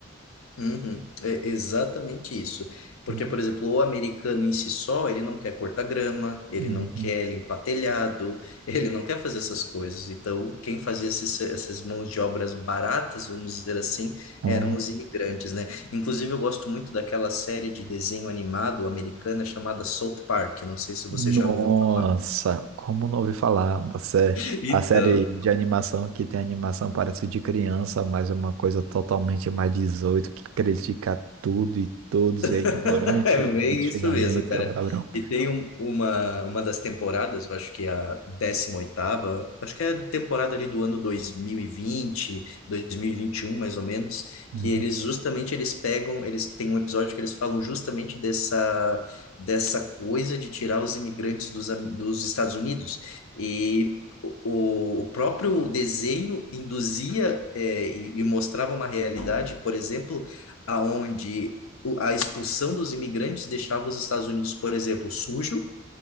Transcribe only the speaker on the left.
Uhum, É exatamente isso. Porque,
por exemplo, o americano em si só, ele não quer cortar grama, ele
não quer limpar telhado, <laughs> ele não quer fazer essas coisas. Então, quem fazia esses, essas mãos de obras baratas, vamos dizer assim,
eram os imigrantes, né? Inclusive, eu gosto muito daquela série de desenho animado americana chamada South Park. Não sei se você
já ouviu falar.
<laughs> Então.
<laughs> É bem
isso mesmo, cara.
E tem um- uma, uma das temporadas, eu acho que é a décima oitava, acho que é a temporada ali do ano dois dois mil mil e e vinte, dois mil e vinte e um, mais ou menos,
que eles justamente eles pegam, eles têm um episódio que eles falam justamente dessa dessa coisa de tirar os imigrantes dos, am- dos Estados Unidos. E O, o próprio desenho induzia, eh, e, e mostrava uma realidade, por exemplo, aonde o- a expulsão dos imigrantes deixava os Estados Unidos, por exemplo, sujo